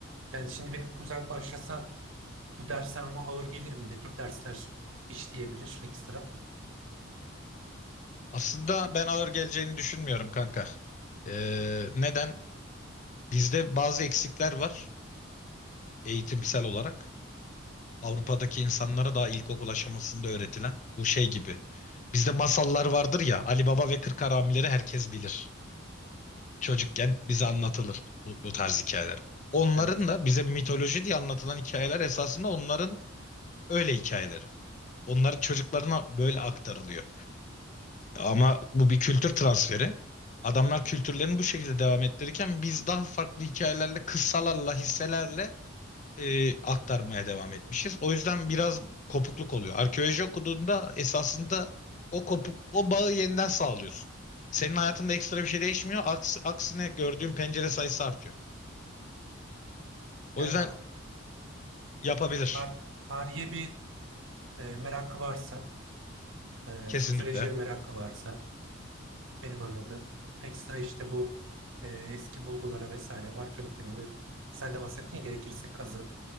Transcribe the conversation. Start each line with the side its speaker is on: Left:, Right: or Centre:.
Right: Yani şimdi benim kuzen başlasa bu dersler ona ağır gelir mi? Ne tür dersler işleyebilir ekstra?
Left: Aslında ben ağır geleceğini düşünmüyorum kanka. Ee, neden? Bizde bazı eksikler var eğitimsel olarak. Avrupa'daki insanlara daha ilkokul aşamasında öğretilen bu şey gibi Bizde masallar vardır ya Ali Baba ve Kırk Haramileri herkes bilir. Çocukken bize anlatılır bu, bu tarz hikayeler. Onların
Right: Evet.
Left: da bize mitoloji diye anlatılan hikayeler esasında onların öyle hikayeleri. Onların çocuklarına böyle aktarılıyor. Ama bu bir kültür transferi. Adamlar kültürlerini bu şekilde devam ettirirken biz daha farklı hikayelerle, kıssalarla, hisselerle e, aktarmaya devam etmişiz. O yüzden biraz kopukluk oluyor. Arkeoloji okuduğunda esasında o kopuk, o bağı yeniden sağlıyorsun. Senin hayatında ekstra bir şey değişmiyor. Aks, aksine gördüğün pencere sayısı artıyor. O
Right: Yani
Left: yüzden
Right: ak-
Left: yapabilir.
Right: tar- tarihe bir e, merakı varsa, e,
Left: Kesinlikle.
Right: sosyolojiye merakı varsa benim anladığım ekstra işte bu e, eski bulgulara vesaire var. arkeologdan hani sen de bahsettin ya, gerekirse kazı